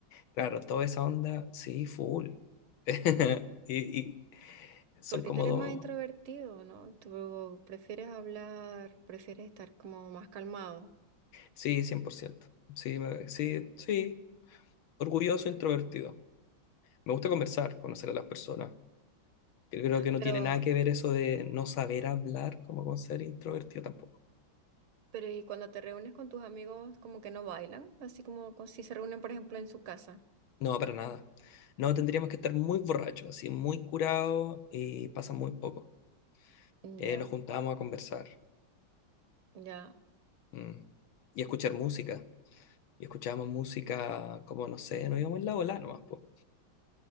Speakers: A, on the left (about 80°); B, on the right (about 85°).
A: Claro, toda esa onda, sí, full. <laughs> Y, y son
B: Porque
A: como
B: tú eres
A: dos.
B: más introvertido, ¿no? Tú prefieres hablar, prefieres estar como más calmado.
A: Sí, 100%. Sí, me- sí, sí, orgulloso, introvertido. Me gusta conversar, conocer a las personas. Yo creo que no
B: Pero,
A: tiene nada que ver eso de no saber hablar como con ser introvertido tampoco.
B: pero ¿y cuando te reúnes con tus amigos, como que no bailan? Así como co- si se reúnen, por ejemplo, en su casa.
A: No, para nada. No, tendríamos que estar muy borrachos, así, muy curados y pasa muy poco.
B: Mm,
A: Eh,
B: Ya,
A: nos juntábamos a conversar
B: ya.
A: mm, y a escuchar música. Y escuchábamos música como, no sé, nos íbamos en la bola nomás, po.